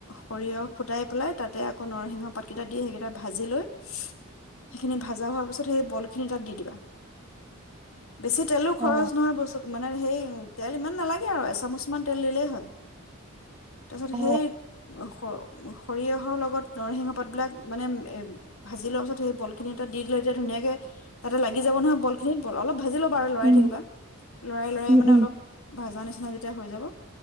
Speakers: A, on the left; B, on the right.
A: সৰিয়হ ফুটাই পেলাই তাতে আকৌ নৰসিংহ পাতকেইটা দি সেইকেইটা ভাজি লৈ সেইখিনি ভজা হোৱাৰ পিছত সেই বল খিনি তাত দি দিবা বেছি তেলো খৰচ
B: অ
A: নহয় বস্তু মানে সেই তেল ইমান নালাগে আৰু এচামুচমান তেল দিলেই হয় তাৰপিছত
B: অ
A: সেই স সৰিয়হৰ লগত নৰসিংহ পাত বিলাক মানে এ ভাজি লোৱাৰ পিছত সেই বল খিনি এটা দি দিলে এতিয়া ধুনীয়াকে তাতে লাগি যাব নহয় বল খিনিত অলপ ভাজি ল'ব আৰু লৰাই
B: উম
A: থাকিবা লৰাই লৰাই
B: উম
A: মানে
B: উম
A: অলপ ভাজা নিচিনা যেতিয়া হৈ যাব